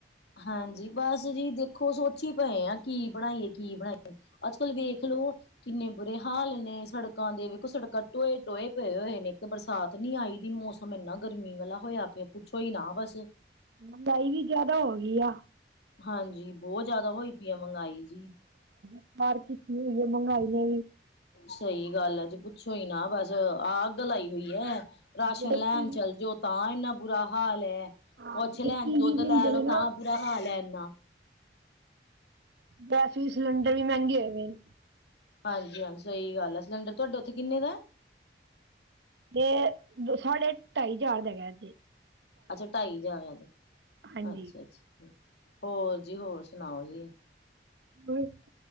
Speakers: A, on the left; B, on the right.
A: ਹਾਂਜੀ, ਬਸ ਜੀ ਦੇਖੋ, ਸੋਚੀ ਪਏ ਆ ਕੀ ਬਣਾਈਏ? ਕੀ ਬਣਾਈਏ? ਅੱਜ ਕੱਲ ਵੇਖਲੋ, ਕਿੰਨੇ ਬੁਰੇ ਹਾਲ ਨੇ ਸੜਕਾਂ ਦੇ, ਵੇਖੋ ਸੜਕਾਂ ਟੋਏ-ਟੋਏ ਪਏ ਹੋਏ। ਨੇ ਕਿ ਬਰਸਾਤ ਨੀ ਆਈ ਦੀ? ਮੌਸਮ ਇੰਨਾ ਗਰਮੀ ਵਾਲਾ ਹੋਇਆ ਪਿਆ, ਪੁੱਛੋ ਹੀ ਨਾ ਬਸ।
B: ਮਹਿੰਗਾਈ ਹੀ ਜਿਆਦਾ ਹੋ ਗਈ ਆ।
A: ਹਾਂਜੀ, ਬਹੁਤ ਜਿਆਦਾ ਹੋਈ ਪਈ ਹੈ ਮਹਿੰਗਾਈ ਜੀ।
B: ਮਾਰ ਕੀਤੀ ਹੋਈ ਹੈ ਮਹਿੰਗਾਈ ਨੇ ਵੀ।
A: ਸਈ ਗੱਲ ਆ ਜੀ, ਪੁੱਛੋ ਹੀ ਨਾ ਬਸ, ਆਹ ਅੱਗ ਲਾਈ ਹੋਈ ਐ। ਰਾਸ਼ਨ
B: ਜਿਹੜੇ ਕਿ
A: ਲੈਣ ਚੱਲ ਜੋ, ਤਾਂ ਇੰਨਾ ਬੁਰਾ ਹਾਲ ਹੈ।
B: ਹਾਂ
A: ਕੁਛ
B: ਜਿਹੜੇ
A: ਲੈਣ
B: ਕੀਵੀ
A: ਦੁੱਧ
B: ਵੀ
A: ਲੈ
B: ਹੁੰਦੇ
A: ਲੋ,
B: ਨੇ ਨਾ
A: ਤਾਂ ਬੁਰਾ ਹਾਲ ਏ ਇੰਨਾ।
B: ਵੈਸੇ ਈ ਸਲੰਡਰ ਵੀ ਮਹਿੰਗੇ ਹੋਵੇ ਪਏ ਨੇ।
A: ਹਾਂਜੀ-ਹਾਂਜੀ ਸਈ ਗੱਲ ਐ, ਸਿਲੰਡਰ ਤੁਹਾਡੇ ਉੱਥੇ ਕਿੰਨੇ ਦਾ ਏ?
B: ਤੇ ਸਾਢੇ ਢਾਈ ਹਜ਼ਾਰ ਦਾ ਹੇਗਾ ਏ ਇਥੇ।
A: ਅੱਛਾ ਢਾਈ ਜਾਰ,
B: ਹਾਂਜੀ
A: ਅੱਛਾ-ਅੱਛਾ। ਹੋਰ ਜੀ, ਹੋਰ ਸੁਣਾਓ ਜੀ?
B: <unintelligible>